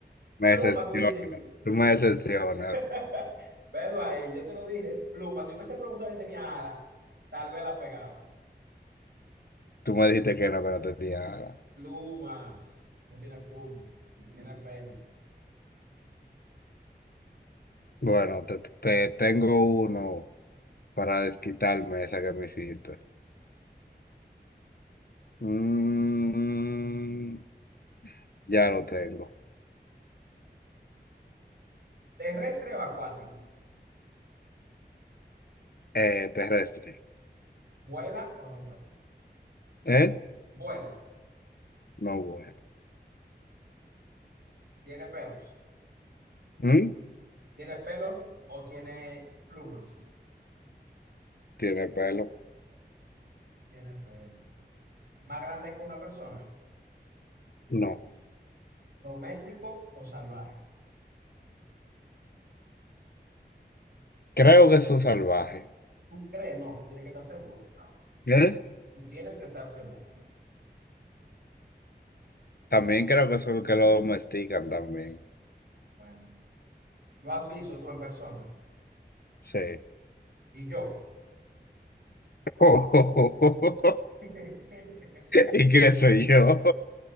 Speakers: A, on the left (about 60°); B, on the right (about 70°).
A: Me
B: Pluma,
A: decepcionas.
B: tú dijiste.
A: Tú me decepcionas.
B: <laughs> Pero ahí, yo te lo dije, plumas. Si hubiese preguntado si tenía alas, tal vez la pegabas.
A: Tú me dijiste que no, que no te tenía nada.
B: Plumas. No tiene plumas, tiene pelo.
A: Bueno, te, te tengo uno para desquitarme esa que me hiciste. Mm, ya lo tengo.
B: Terrestre o acuático.
A: Eh, terrestre.
B: ¿Vuela o no vuela?
A: ¿Eh?
B: Vuela.
A: No bueno.
B: Tiene pelos.
A: ¿Mm?
B: ¿Tiene pelo o tiene plumas?
A: ¿Tiene pelo?
B: Tiene pelo. Más grande que una persona.
A: No.
B: ¿Doméstico o salvaje?
A: Creo que es un salvaje.
B: ¿Tú crees? No, tú tienes que estar seguro.
A: ¿Eh?
B: Tú tienes que estar seguro.
A: También creo que son los que lo domestican también.
B: Bueno, lo has visto tú en persona.
A: Sí.
B: Y yo.
A: <laughs>
B: <laughs>
A: ¿Y qué sé yo?